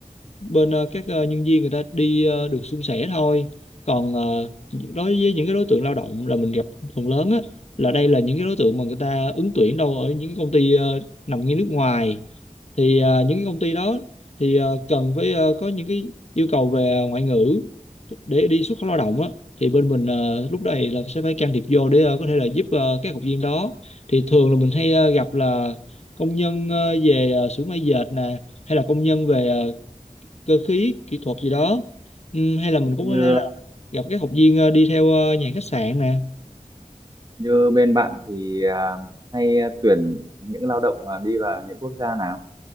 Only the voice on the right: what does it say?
Như
như bên bạn thì ờ, hay tuyển những lao động là đi vào những quốc gia nào?